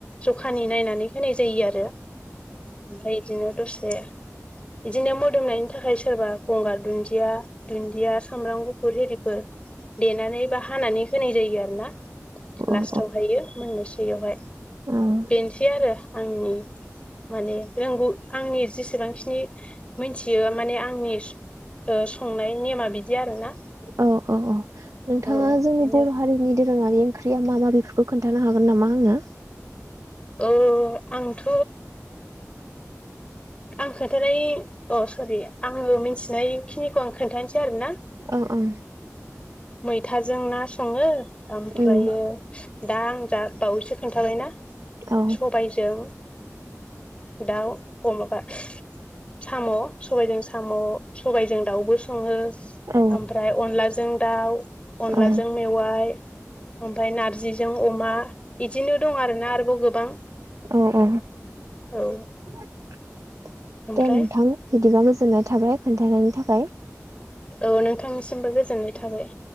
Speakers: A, on the left; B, on the right.
A: जखानि नायनानै होनाय जायो आरो ओमफ्राय बिदिनो दसे <inaudible> बिदिनो मोदोमनायनि थाखाय सोरबा गंगार दुन्दिया दुन्दिया सामब्राम गुफुर हिरिफोर देनानै बा हानानै होनाय जायो आरो ना लास्टावहायो
B: औ
A: मोननोसैयावहाय
B: औ
A: बेनोसै आरो आंनि माने रोंगौ आंनि जेसेबां खिनि मिथियो माने आंनि संनाय नेमा बिदि आरोना
B: औ औ औ नोंथाङा
A: औ
B: जोंनि
A: बेनो
B: बर' हारिनि दोरोङारि ओंख्रिया मा मा बेफोरखौ खोन्थानो हागोन नामा आंनो
A: अ आंथ' आं खोनथानाय अ सरि आंङो मिथिनायखिनिखौ आं खोन्थानोसै आरोना
B: औ औ
A: मैथाजों ना संङो ओमफ्रायो
B: उम
A: दा आं दा बावैसो खोन्थाबायना
B: औ
A: सबायजों दाउ अमाबा साम' सबायजों साम' सबायजों दाउबो सङो
B: औ
A: ओमफ्राय अनलाजों दाउ अनलाजों
B: औ
A: मेवाय ओमफ्राय नारजि जों अमा इदिनो दं आरोना आरोबाव गोबां
B: अ अ
A: औ
B: दे
A: ओमफ्राय
B: नोंथां बिदिबा गोजोननाय थाबाय खोन्थानायनि थाखाय
A: औ नोंथांनिसिमबो गोजोननाय थाबाय